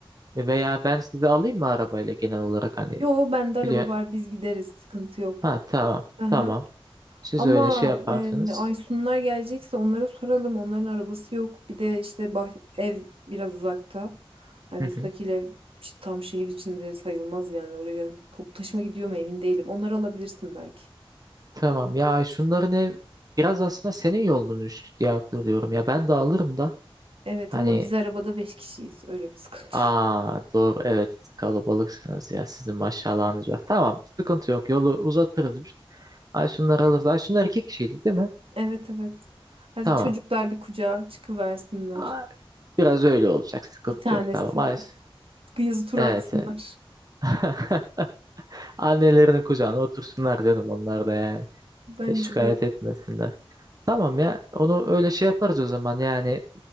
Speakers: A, on the right; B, on the right.
A: E Veya ben sizi alayım mı arabayla genel olarak hani
B: Yo bende araba
A: biliyor.
B: var biz gideriz sıkıntı yok.
A: Ha tamam
B: Aha.
A: tamam. Siz
B: Ama
A: öyle şey yaparsınız.
B: e, Aysunlar gelecekse onlara soralım. Onların arabası yok. Bir de işte bah ev biraz uzakta. Hani
A: Hı
B: müstakil
A: hı.
B: ev işte tam şehir içinde sayılmaz yani oraya toplu taşıma gidiyor mu emin değilim. Onları alabilirsin belki.
A: Tamam ya şunların ev biraz aslında senin yolunmuş diye hatırlıyorum ya ben de alırım da
B: Evet
A: hani
B: ama biz arabada beş kişiyiz. Öyle bir sıkıntı.
A: aa
B: <laughs>
A: doğru evet siz kalabalıksınız ya sizin maşallahınız var. Tamam sıkıntı yok yolu uzatırız biz. Ay şunları alırız. Ay şunlar iki kişiydi değil mi?
B: Evet evet. Hadi
A: Tamam.
B: çocuklar bir kucağa çıkıversinler.
A: Ay, biraz öyle olacak sıkıntı
B: Bir tanesi.
A: yok tamam. Ay,
B: Yazı tur
A: evet
B: atsınlar.
A: evet. <laughs> Annelerinin kucağına otursunlar canım onlar da yani.
B: Bence
A: E, şikayet
B: de.
A: etmesinler. Tamam ya onu öyle şey yaparız o zaman yani.